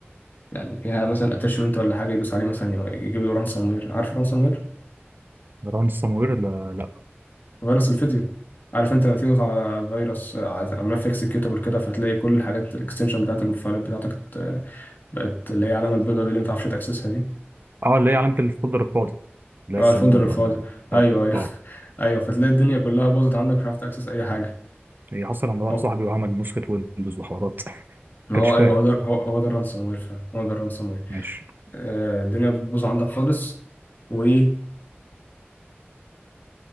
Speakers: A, on the left; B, on the right.
A: يعني فيها مثلا اتاشمنت ولا حاجه يدوس عليه مثلا يجيب له رانسوم وير عارف الرانسوم وير
B: جدران السموير لا لا
A: فيروس الفيديو عارف انت لما تيجي تضغط على فيروس على على ملف اكسكيوتابل كده فتلاقي كل الحاجات الاكستنشن بتاعت المفاعلات بتاعتك بقت اللي هي العلامة البيضاء دي اللي ما تعرفش تأكسسها دي
B: اه اللي هي علامة الفولدر الفاضي اللي
A: اه
B: هي الصندوق
A: الفولدر الفاضي
B: ولا بتاعته
A: ايوه ايوه
B: اه
A: <laughs> ايوه فتلاقي الدنيا كلها باظت عندك مش عارف تأكسس اي حاجة
B: هي حصل عند واحد
A: هو
B: صاحبي وعمل نسخة ويندوز وحوارات <laughs> ما
A: ما
B: كانش
A: هو
B: فاهم
A: ايوه هو ده هو هو ده الرانسوم وير فعلا، هو ده الرانسوم وير
B: ماشي
A: آه الدنيا بتبوظ عندك خالص والدنيا